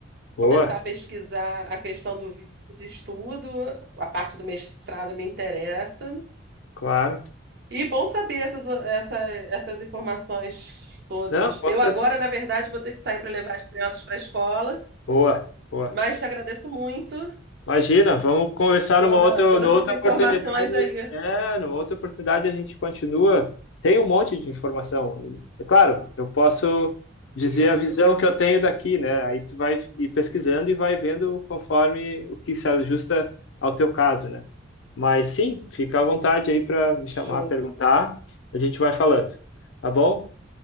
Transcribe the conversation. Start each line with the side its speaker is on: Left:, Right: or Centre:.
Left: boa,
Right: começar a pesquisar a questão do vídeo de estudo, a parte do mestrado me interessa.
Left: claro.
Right: E bom saber essas, essa- essas informações todas.
Left: Não, com
Right: Eu
Left: certeza.
Right: agora, na verdade, vou ter que sair para levar as crianças para a escola,
Left: Boa, boa.
Right: mas te agradeço muito
Left: Imagina, vamos conversar
Right: toda,
Left: numa outra,
Right: todas
Left: numa outra
Right: as informações
Left: oportunidade.
Right: aí.
Left: É, numa outra oportunidade a gente continua. Tem um monte de informação. É claro, eu posso dizer
Right: Isso,
Left: a visão que eu tenho daqui, né? Aí tu vai ir pesquisando e vai vendo conforme o que se ajusta ao teu caso, né? Mas sim, fica à vontade aí para me chamar,
Right: show.
Left: perguntar. A gente vai falando, tá bom?